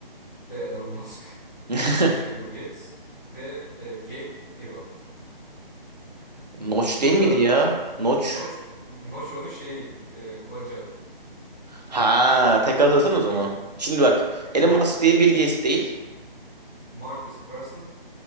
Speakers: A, on the left; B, on the right.
A: B. Elon Musk
B: <laughs>
A: <laughs> C. Bill Gates D. e, Gabe Newell
B: Notch
A: Notch'u
B: değil miydi
A: aradın
B: ya?
A: değil mi?
B: Notch.
A: Notch, Notch onun şeyi e, kullanıcı adı.
B: Ha, tekrar hatırlasana
A: Nickname'i.
B: o zaman. Şimdi bak Elon
A: Ma-
B: Musk değil Bill Gates değil.
A: Marcus Persson